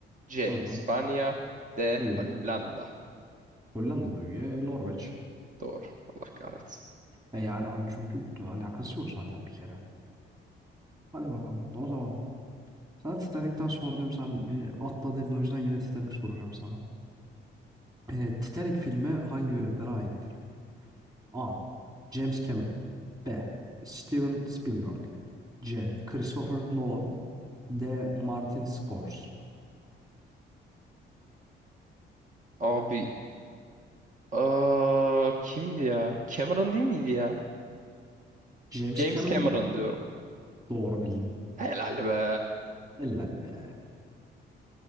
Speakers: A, on the right; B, on the right.
A: C.
B: Hı hı.
A: İspanya D.
B: Üye.
A: Hollanda.
B: Hollanda'da üye. Norveç.
A: Doğru. Allah kahretsin.
B: E yani hani çünkü alakası yok zaten bir kere. Hadi bakalım. O zaman sana Titanic'ten sordum sen bir atladın o yüzden yine Titanic soracağım sana. E, Titanic filmi hangi yönetmene aittir? A. James Cameron B. Steven Spielberg C. Christopher Nolan D. Martin Scores.
A: Abi aa, kimdi ya? Cameron değil miydi ya?
B: James
A: James
B: Cameron
A: Cameron
B: mı?
A: diyorum.
B: Doğru bildim.
A: Helal be.
B: Helal be.